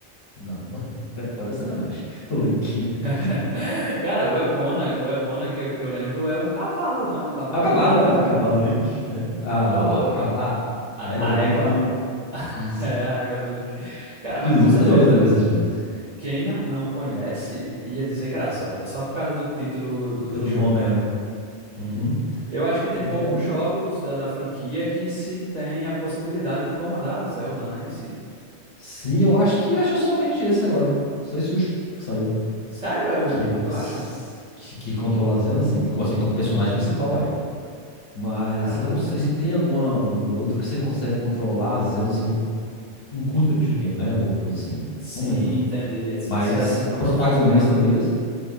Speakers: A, on the left; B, on the right.
A: Não, <laughs> é para sacanagem. O Link.
B: <laughs>
A: <laughs>
B: Cara, o Epona, o Epona que, eu- que eu lembro é um cavalo, não é? Um cavalo,
A: É o cavalo,
B: alguma coisa
A: é o
B: assim?
A: cavalo do Link. É. A,
B: Pô,
A: a, cava-
B: a,
A: a égua
B: a
A: do
B: égua.
A: Link, né?
B: <laughs>
A: Isso.
B: É a égua do Link. Cara,
A: Inclusive,
B: mas com certeza.
A: eu tava jogando com ele esses dias.
B: Quem não, não conhece ia dizer que era Zelda, só por causa do título do,
A: Porque
B: do
A: do
B: jogo,
A: nome
B: né?
A: é. Uhum.
B: Eu acho que tem
A: The
B: poucos
A: Legend.
B: jogos da, da franquia que se tem a possibilidade de comandar a Zelda, né, em si.
A: Sim, eu acho que acho somente esse agora. Só esse último que saiu.
B: Sério? É o
A: Que,
B: único,
A: é,
B: tu
A: s-
B: acha?
A: que, que controla a Zelda, assim, co- assim, como personagem principal é. Mas
B: Caramba,
A: eu não
B: cara.
A: sei se tem alguma, algum outro que você consegue controlar a Zelda assim, por um curto período de tempo, né? Alguma coisa assim.
B: Sim,
A: Não lembro.
B: entendi. Esse
A: Mas
B: é assim
A: o
B: como
A: protagonista
B: se fosse aquela.
A: mesmo,